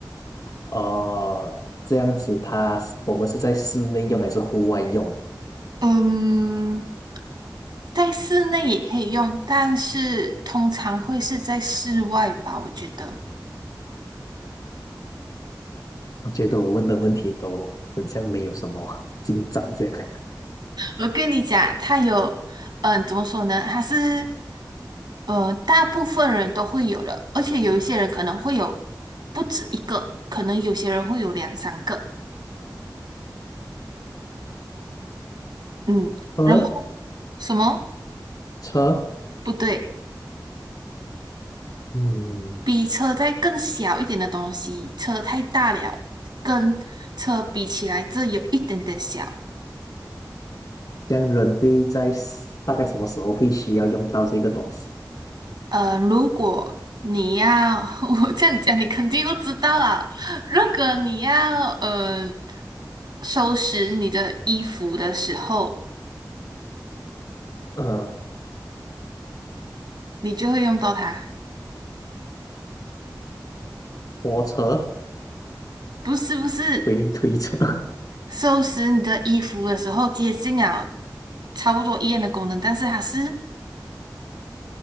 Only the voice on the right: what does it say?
嗯，在室内也可以用，但是通常会是在室外吧，我觉得。
我跟你讲，它有，嗯，怎么说呢？它是，呃，大部分人都会有的，而且有一些人可能会有不止一个，可能有些人会有两三个。嗯，
然后什么？
不对，
比车再更小一点的东西，车太大了，跟车比起来，这有一点点小。
呃，如果你要，<laughs> 我这样讲，你肯定都知道啊。如果你要呃收拾你的衣服的时候，
你就会用到它。
不是不是，
收拾你的衣服的时候接近了差不多一样的功能，但是它是